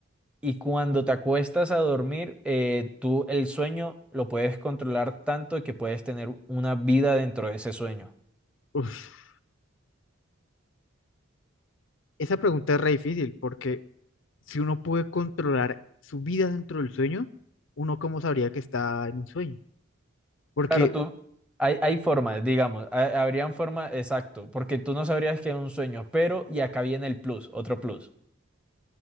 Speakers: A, in the centre; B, on the left.
A: Y cuando te acuestas a dormir, eh, tú el sueño lo puedes controlar tanto que puedes tener una vida dentro de ese sueño.
B: Uf, esa pregunta es re difícil porque si uno puede controlar su vida dentro del sueño, uno cómo sabría que está en un sueño. Porque,
A: Claro, tú, hay, hay formas, digamos, ha- habrían formas, exacto, porque tú no sabrías que es un sueño, pero, y acá viene el plus, otro plus.